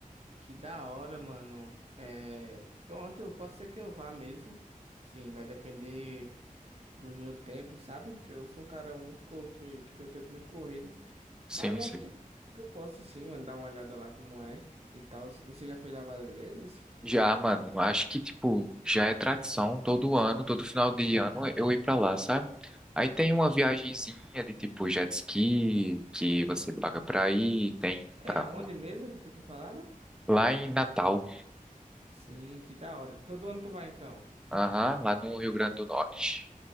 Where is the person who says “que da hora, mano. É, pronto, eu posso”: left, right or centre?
Right